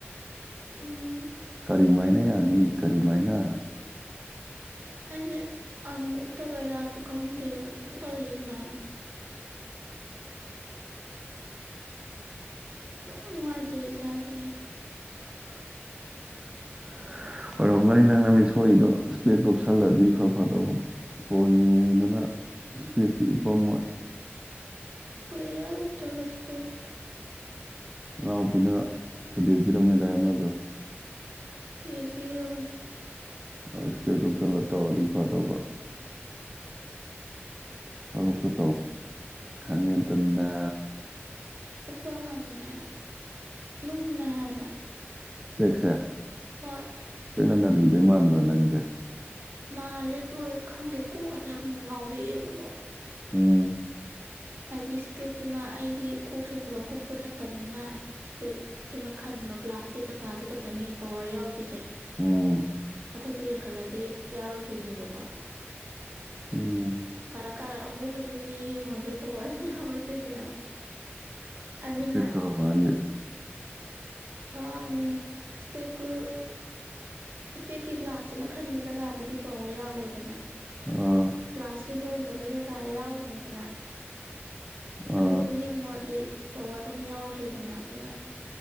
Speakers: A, on the right (about 55°); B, on the right (about 20°).
A: ꯎꯝ
B: ꯀꯔꯤꯃꯥꯏꯅ ꯌꯥꯅꯤ ꯀꯔꯤꯃꯥꯏꯅ
A: ꯑꯩꯖꯦ ꯑꯅꯣꯞ ꯎꯞꯇꯕꯩꯔꯥꯖꯨ ꯈꯪꯗꯦꯕ ꯁꯨꯝ ꯇꯧꯔꯤꯖꯦ ꯁꯨꯃꯥꯏꯅ ꯁꯨꯡꯅꯨꯡ ꯅꯨꯡꯉꯥꯏꯇꯦ ꯏꯁꯥꯖꯦ
B: <unintelligible> ꯑꯣꯏꯔꯝꯒꯅꯤ ꯅꯪ ꯅꯃꯤꯠ ꯁꯣꯛꯏꯗꯣ ꯏꯁꯄꯦꯛꯇꯣ ꯎꯞꯁꯜꯂꯗꯤ ꯈꯔ ꯐꯗꯧꯕ ꯐꯣꯟ ꯌꯦꯡꯗꯅ ꯏꯁꯄꯦꯛꯇꯤ ꯎꯞꯄꯝꯃꯣꯏ
A: ꯀꯨꯏꯔꯦ ꯎꯞꯇꯕ ꯏꯁꯄꯦꯛꯇꯣ
B: ꯅꯅꯥꯎꯄꯤꯅ ꯊꯨꯗꯦꯛꯄꯤꯔꯝꯃꯦꯗꯥꯏ ꯑꯃꯖꯨ
A: ꯊꯨꯗꯦꯛꯄꯤꯔꯕꯅꯦ
B: ꯑꯁ ꯏꯁꯄꯦꯛꯇꯣ ꯎꯞꯁꯜꯂꯥ ꯇꯧꯔꯗꯤ ꯐꯗꯧꯕ ꯊꯕꯛꯇꯨ ꯇꯧ ꯈꯪꯉꯦꯗꯅ
A: ꯎꯞꯄ ꯀꯥꯟꯗꯅꯦ ꯂꯨꯝꯃꯦ ꯍꯥꯏꯕ
B: ꯄꯦꯛꯁꯦ ꯏꯁꯄꯦꯛꯅꯥ
A: ꯍꯣꯏ
B: ꯅꯟꯒꯤꯗꯧ ꯃꯥꯟꯕ꯭ꯔꯥ ꯅꯪꯖꯦ
A: ꯃꯥꯜꯂꯦ ꯑꯗꯨꯒꯤꯔꯥ ꯈꯪꯗꯦ ꯀꯣꯛ ꯀꯖꯦ ꯑꯃꯨꯛ ꯉꯥꯎꯔꯛꯑꯦꯕꯀꯣ
B: ꯎꯝ
A: ꯍꯥꯏꯗꯤ ꯏꯁꯄꯦꯛꯇꯨꯅ ꯑꯩꯒꯤ ꯀꯣꯛꯁꯨ ꯄꯨꯂꯞ ꯀꯨꯞꯄ ꯅꯠꯇꯕꯅꯤꯅ ꯏꯁꯄꯦꯛꯇꯨꯅ ꯈꯟꯕ ꯒ꯭ꯂꯥꯁꯀꯤ ꯖꯒꯥꯗꯨ ꯈꯛꯇꯅꯦ ꯄꯋꯥꯔ ꯌꯥꯎ ꯗꯨꯏꯖꯦ
B: ꯎꯝ
A: ꯃꯊꯛꯇ ꯌꯦꯡꯈꯠꯂꯗꯤ ꯌꯥꯎꯔꯣꯏꯗꯣꯏꯅꯦꯕꯀꯣ
B: ꯎꯝ
A: ꯀꯥꯔꯛ ꯀꯥꯔꯛ ꯑꯍꯣꯕ ꯖꯤꯡꯗꯨꯅ ꯌꯦꯡꯉꯨꯔꯗꯤ ꯄꯋꯥꯔꯖꯤ ꯌꯥꯎꯔꯣꯏꯗꯣꯏꯅꯦꯕ ꯑꯗꯨꯅ
B: ꯏꯁꯄꯦꯛꯇꯨꯔꯕꯥ ꯅꯪꯒꯤ
A: ꯍꯣꯏꯅꯦ ꯏꯁꯄꯦꯛꯇꯨ
B: <unintelligible>
A: ꯏꯁꯄꯦꯛꯀꯤ ꯒ꯭ꯂꯥꯁꯇꯨꯅ ꯈꯟꯕ ꯖꯒꯥꯗꯨꯗꯤ ꯄꯋꯥꯔ ꯌꯥꯎꯔꯦꯗꯅ
B: ꯑꯥ
A: ꯒ꯭ꯂꯥꯁꯇꯨ ꯌꯧꯗꯕ ꯖꯒꯥ ꯌꯥꯎꯔꯤꯅꯤꯗꯅ
B: ꯑꯥ
A: ꯑꯗꯨꯗ ꯌꯦꯡꯉꯨꯔꯗꯤ ꯄꯋꯥꯔ ꯑꯗꯨꯝ ꯌꯥꯎꯗ꯭ꯔꯦꯗꯅ ꯑꯗꯨꯅ